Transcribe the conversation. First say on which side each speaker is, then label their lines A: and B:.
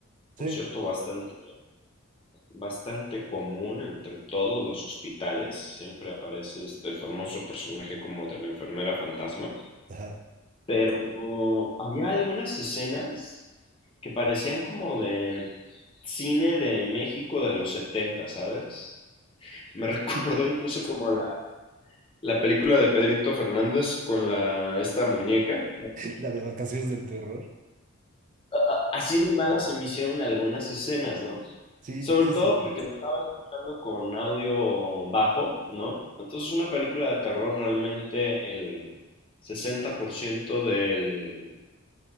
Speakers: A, on the left (about 25°); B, on the right (about 35°).
A: Por
B: Sí,
A: cierto, bastante, bastante común entre todos los hospitales. Siempre aparece este famoso personaje como de la enfermera fantasma.
B: ajá.
A: Pero había algunas escenas que parecían como de cine de México de los setenta ¿sabes? Me <laughs> recordó
B: Y
A: incluso como la, la película de Pedrito Fernández con la, esta muñeca.
B: La de vacaciones del terror.
A: a- así de malas se me hicieron algunas escenas, ¿no?
B: Sí,
A: Sobre
B: sí,
A: todo
B: es cierto.
A: porque la estaba escuchando con audio bajo, ¿no? Entonces una película de terror realmente el 60% del,